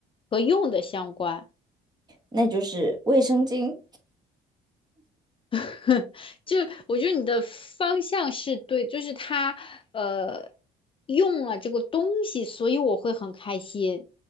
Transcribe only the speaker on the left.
和用的相关。
<laughs> 就我觉得你的方向是对，就是他呃用了这个东西，所以我会很开心。